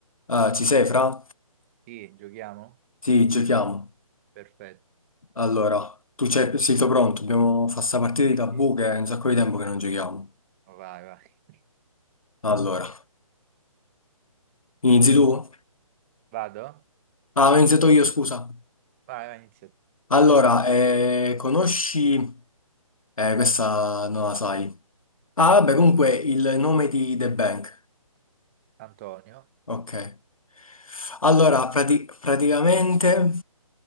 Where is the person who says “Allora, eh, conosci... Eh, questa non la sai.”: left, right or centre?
Left